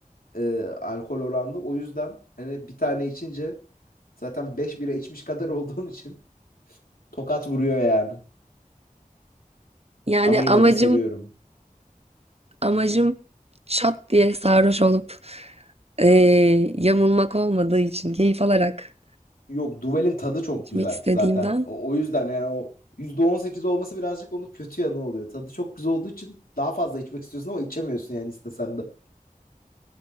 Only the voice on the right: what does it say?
Yani
amacım
Amacım şat diye sarhoş olup eee, yamulmak olmadığı için keyif alarak
içmek
istediğimden.